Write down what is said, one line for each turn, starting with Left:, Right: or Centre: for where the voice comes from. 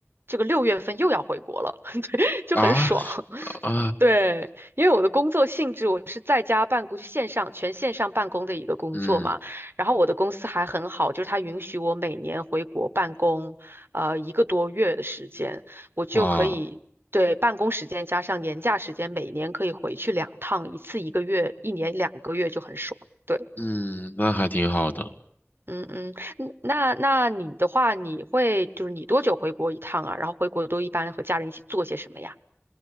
Right: 这个六月份又要回国了，<laughs> 对，就很爽。
Left: 啊
Right: <laughs>
Left: 啊
Right: 对，因为我的工作性质，我是在家办公，就线上全线上办公的一个工作嘛。
Left: 嗯
Right: 然后我的公司还很好，就是它允许我每年回国办公，呃，一个多月的时间。我就可以对办公时间加上年假时间，
Left: 啊。
Right: 每年可以回去两趟，一次一个月，一年两个月就很爽。对，
Left: 嗯，那还挺好的。
Right: 嗯嗯，嗯那那你的话，你会就是你多久回国一趟啊？然后回国都一般和家人一起做些什么呀？